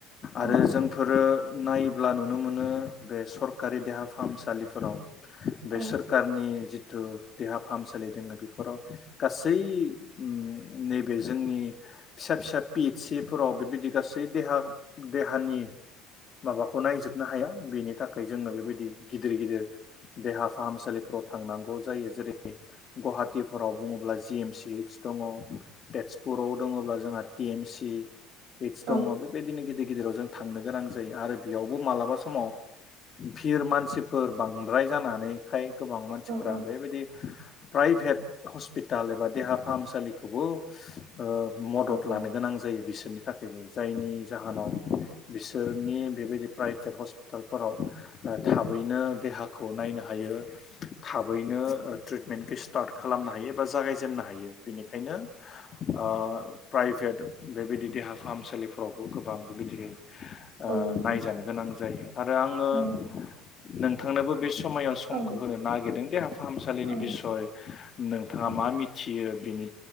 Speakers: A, on the right; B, on the left.
A: औ
B: आरो जोंफोरो
A: औ
B: नायोब्ला नुनो मोनो बे सरकारि देहा फाहामसालिफोराव बे
A: औ
B: सोरखारनि जि जिथु देहा फाहामसालि दोङो बेफोराव गासै नुनाय नैबे जोंनि फिसा फिसा पि एत सि फोराव बेबायदि गासै देहा देहानि माबाखौ नायजोबनो हाया बेनि थाखाय जोङो बेबायदि गिदिर गिदिर देहा फाहामसालिफोराव थांनांगौ जायो जेरै गुवाहाटिफोराव बुङोब्ला जि एम इएदस दङ। तेजपुराव दङब्ला जोंहा टि एम सि फेस
A: औ
B: बे दंङ बे बेबानो गिदि गिदेराव जों थांनो गोनां जायो आरो बेयावबो मालाबा समाव भिर मानसिफोर बांद्राय जानानैखाय गोबां मानसिफ्रा
A: औ
B: बेबायदि प्राइभेट हस्पिताल एबा देहा फाहामसालिखौबो ओ मदद
A: औ
B: लानो
A: औ
B: गोनां जायो बिसोरनि जायनि जाहोनाव बिसोरनि बेबायदि प्राइभेट हस्पिटालफोराव थाबैनो देहा खौ नायनो हायो थाबैनो ट्रिटमेन्ट पिस स्टार खालामनो हायो बा जागाय जेननो हायो बेनिखायनो ओ प्राइभेट बेबायदि देहा फाहामसालिफ्रावबो गोबां बेबादिनो ओ
A: नंगौ
B: नायजानो
A: नोंथां
B: गोनां जायो आरो आङो
A: नंगौ
B: नोंथांनोबो बे सु ‌ समायाव समखौ
A: औ
B: होनो नागिरदों देहा फाहामसालिनि
A: औ
B: बिसय नोंथाङा
A: औ
B: मा मिथियो बिनि